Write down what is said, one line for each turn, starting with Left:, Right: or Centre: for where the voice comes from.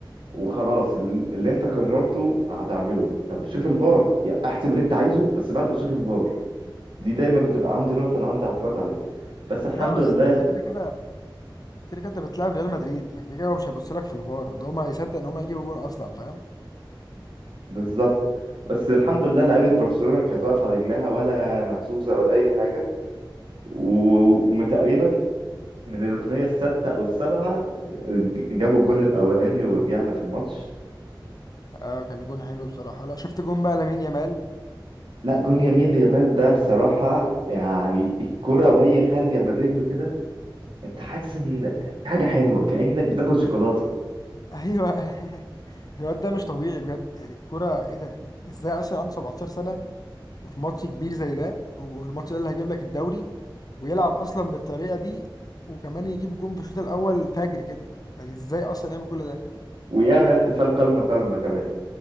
Right: وخلاص ال- اللي انت كررته هتعمله طب شوف الفار يعني احسب اللي انت عايزه بس بعد ما تشوف الفار دي دايما بتبقى عندي نقطة انا عندي اعتراض عليها بس الحمد
Left: لا بس
Right: لله
Left: ده كده كده كده كده انت بتلعب ريال مدريد فكده كده هو مش هيبص لك في الفار ده هما يصدق ان هما يجيبوا جون اصلا فاهم
Right: بالظبط بس الحمد لله لعيبة برشلونة كانت واقفة على رجلها ولا مهزوزة ولا أي حاجة وتقريبا من الركنية الستة أو السابعة ج- جابوا الجون الأولاني ورجعنا في الماتش
Left: اه كان جون حلو بصراحه لا شفت جون بقى لامين يامال
Right: لا جون يمين يامال ده بصراحة يعني الكرة وهي خارجة من رجله كده أنت حاسس إن في حاجة حلوة كأنك بتاكل شوكولاتة
Left: ايوه <laughs> الواد ده مش طبيعي بجد يعني الكوره ايه ده ازاي اصلا عنده 17 وفي ماتش كبير زي ده والماتش ده اللي هيجيب لك الدوري ويلعب اصلا بالطريقه دي وكمان يجيب جون في الشوط الاول فجر كده يعني ازاي اصلا يعمل كل ده
Right: ويعمل احتفال كلمة كلمة كمان